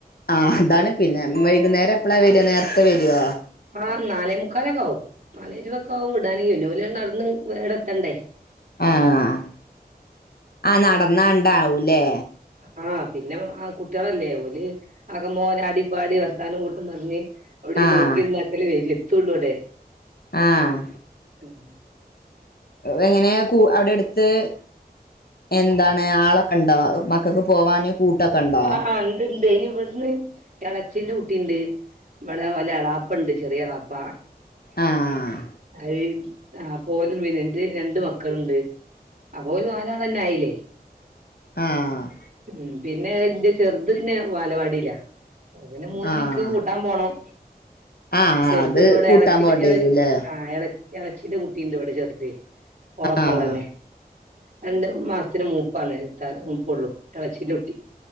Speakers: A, on the left (about 70°); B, on the right (about 50°).
A: ആ അതാണ് പിന്നെ വൈകുന്നേരം എപ്പള വെര നേരത്തെ വരോ
B: ആ നാലേ മുക്കാലൊക്കെ ആവും നാലേരുപൊക്കെ ആവും വിടാന് പിന്നെവര് നടന്ന് ഇങ്ങട് എത്തണ്ടേ
A: ആഹ് ആഹ് നടന്നാണ്ടാവൂലേ-
B: ആഹ് പിന്നെ ആ കുട്ടികളല്ലേ ഓല് ആകംപോലെ അടിപ്പാടി വർത്താനം കൂട്ട് പറിഞ്ഞ് അവിടെ ഈ
A: ആഹ്
B: നോക്കിന്ന് അത്രേ വേര് എത്തുള്ളൂ ഇവ്ടെ
A: ആഹ്
B: ഉം
A: വെങ്ങനെ കു അവിടെടുത്ത്- എന്താണ് ആളൊക്കെ ഉണ്ടോ മക്കൾക്ക് പോവാന് കൂട്ടൊക്കെ ഉണ്ടാ
B: ആഹ് ഇണ്ട് ഇണ്ട് ഇനി ഇവിടുന്ന് എളേച്ചിന്റെ കുട്ടിണ്ട്- ഇവിടെ ഓലെ എളാപ്പണ്ട് ചെറിയ എളാപ്പ
A: ആഹ്
B: അത് ആ പോലും മീനറ്റ് രണ്ട് മക്കളുണ്ട് അപ്പൊ ഓല് നാലാളെന്നെ ആയില്ലേ
A: ആഹ്
B: ഉം പിന്നെ എന്റെ ചെറുത് പിന്നെ വാലവാടില അത് പിന്നെ മൂന്നണിക്ക്
A: ആഹ്
B: കൂട്ടാൻ പോണം
A: ആഹ്
B: ചെറുതുണ്ടിവിടെ
A: അത് കൂട്ടാൻ
B: ഇളച്ചി
A: പോണ്ടി
B: ഇള
A: വരൂല്ലേ
B: ആ ഇള ഇച്ചിന്റെ കുട്ടിണ്ട് ഇവിടെ ചെറുത് കൊളപ്പള്ളന്നെ
A: ആഹ്
B: രണ്ട് മാസത്തിന് മൂപ്പാണ് ത മൂപ്പ ഉള്ളൂ ഇളച്ചിയിലൊട്ടി